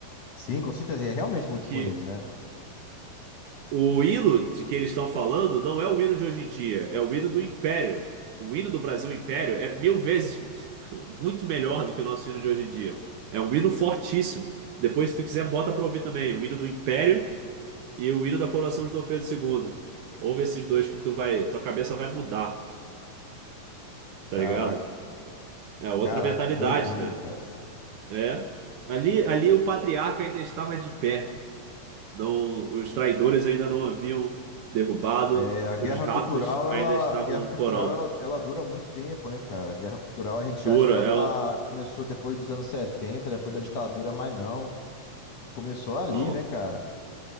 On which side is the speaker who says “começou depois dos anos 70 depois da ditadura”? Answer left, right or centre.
Left